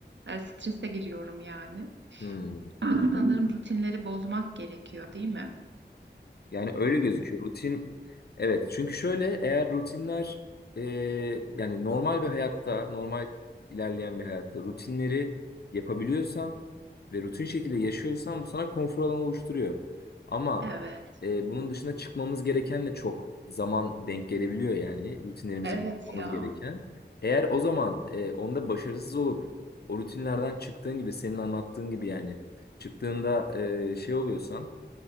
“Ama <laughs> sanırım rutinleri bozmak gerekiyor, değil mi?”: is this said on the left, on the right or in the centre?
Right